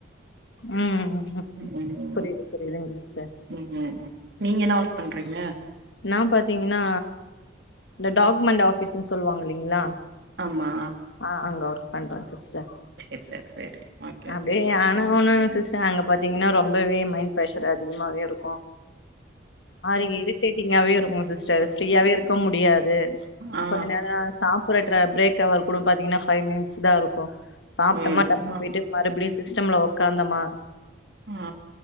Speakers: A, on the left; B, on the right.
A: ம் ம்
B: ம்
A: புரியுது புரியுதுங்க சிஸ்டர்
B: ம் ம்ம் நீங்க என்ன ஒர்க் பண்றீங்க
A: நா பாத்தீங்னா இந்த டாக்குமென்ட் ஆபீஸ்சுன் சொல்வாங்க இல்லிங்களா
B: ஆமா
A: ஆ அங்க ஒர்க் பண்றங் சிஸ்டர்
B: செர் செர் செரி ஓகே
A: அப்டியே ஆனா ஒண்ணு சிஸ்டர் அங்க பாத்தீங்னா ரொம்பவே மைண்ட் ப்ரெஷர் அதிகமாவே இருக்கு ஆ இருக் இருக்கு சிஸ்டர் ஃப்ரியாவே இருக்க முடியாது
B: ஆ ஆ
A: கொஞ்ச நேர ஆ சாப்புற ட பிரேக் அவர் கூட பாத்தீங்னா பைவ் மினிட்ஸ்தா இருக்கு சாப்டமா
B: ஐயோ
A: டக்குனு
B: ஆ
A: போய்ட்டு மறுபடியு சிஸ்டம்ல ஒக்காந்தமா
B: ஆ